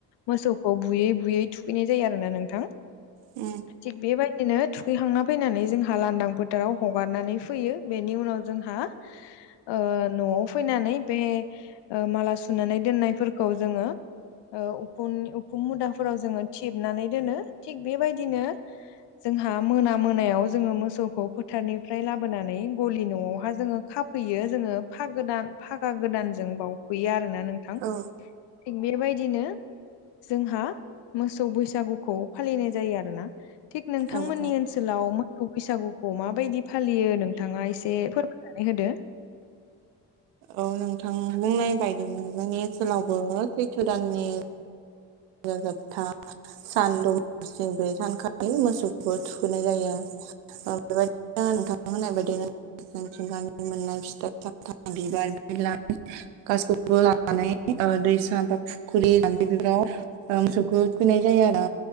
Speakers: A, on the left (about 60°); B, on the right (about 75°).
A: मोसौखौ बुयै-बुयै थुखैनाय जायो आरो ना नोंथां।
B: उ
A: थिग बेबायदिनो थुखैखांना फैनानै जोंहा लांदां फोथाराव हगारनानै फैयो। बेनि उनाव जोंहा ओ न'आव फैनानै बे ओ माला सुनानै दोननायफोरखौ जोङो ओ उख उखुम मुदाफोराव जोङो थिबनानै दोनो थिग बेबायदिनो जोंहा मोना-मोनायाव जोङो मोसौखौ फोथारनिफ्राय लाबोनानै गलि न'आवहायजोङो खाफैयो जोङो फाग गोदान- फागा गोदानजों बावफैयो आरो ना नोंथां ।
B: औ
A: थिग बेबायदिनो जोंहा मोसौ बैसागुखौ फालिनाय जायो आरो ना । थिग नोंथांमोननि
B: औ औ
A: ओनसोलाव मोखौ बैसागुखौ माबायदि फालियो नोंथाङा एसे फोर नानै होदो
B: औ नोंथां बुंनायबायदिनो जोंनि ओनसोलावबो सैथो दाननि <unintelligible> सान बे सानखालि मोसौखौबो थुखैनाय जायो। बेबायदिनो नोंथां होनाय बायदिनो <unintelligible> <unintelligible> लानानै ओ दैसा बा फुख्रि जामफै बेफोराव ओ मोसौखौ थुखैनाय जायो